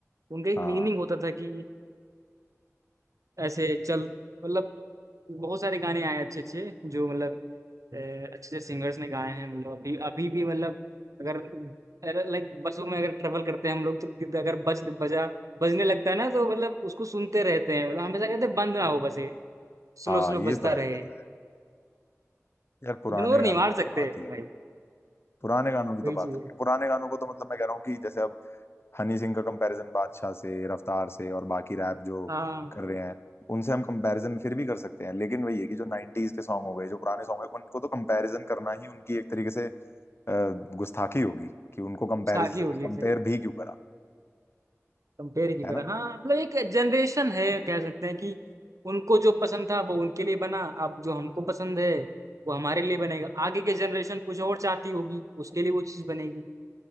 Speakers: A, on the right; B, on the left.
A: उनका एक
B: हाँ
A: मीनिंग होता था कि ऐसे चल मतलब बहुत सारे गाने आए अच्छे अच्छे जो मतलब अ, अच्छे से सिंगर्स ने गाए हैं मतलब अभी अभी भी मतलब अगर लाइक बसों में अगर ट्रेवल करते हैं हम लोग तो कि- अगर बज बजा बजने लगता है ना तो मतलब उसको सुनते रहते हैं मतलब हमेशा कहते हैं बंद ना हो बस ये स्लो
B: हाँ
A: स्लो
B: ये
A: बजता
B: तो है
A: रहे
B: ये तो है यार पुराने
A: इग्नोर
B: गानों
A: नहीं मार
B: की
A: सकते
B: तो बात ही अलग
A: भाई
B: है। पुराने गानों की तो
A: वही
B: बात
A: चीज
B: अलग
A: है।
B: है पुराने गानों को तो मतलब मैं कह रहा हूँ कि जैसे अब हनी सिंह का कंपैरिजन बादशाह से रफ्तार से और बाकी रैप जो
A: हाँ
B: कर रहे हैं उनसे हम कंपैरिजन फिर भी कर सकते हैं लेकिन वही है कि जो 90s के सॉन्ग हो गए जो पुराने सॉन्ग है उनको तो कंपैरिजन करना ही उनकी एक तरीके से अ, गुस्ताखी होगी कि उनको कंपैरिज
A: साखी हो गई
B: कंपेयर भी क्यों करा
A: कंपेयर की
B: है
A: करा
B: ना
A: हाँ मतलब एक जनरेशन है कह सकते हैं कि उनको जो पसंद था वो उनके लिए बना अब जो हमको पसंद है वो हमारे लिए बनेगा आगे के जनरेशन कुछ और चाहती होगी उसके लिए वो चीज़ बनेगी